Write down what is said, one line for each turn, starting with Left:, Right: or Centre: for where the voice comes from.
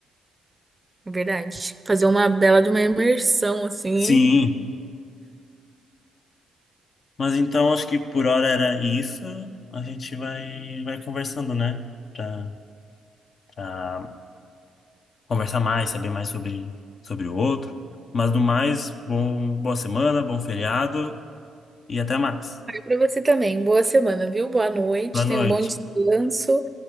Right: É Verdade. Fazer uma bela de uma imersão assim. hein?
Left: Sim. Mas então acho que por hora era isso. A gente vai, vai conversando, né? Pra, pra conversar mais, saber mais sobre, sobre o outro. Mas no mais, bom, boa semana, bom feriado e até mais.
Right: E Pra você também. Boa semana, viu? Boa noite.
Left: Boa noite.
Right: Tenha um bom descanso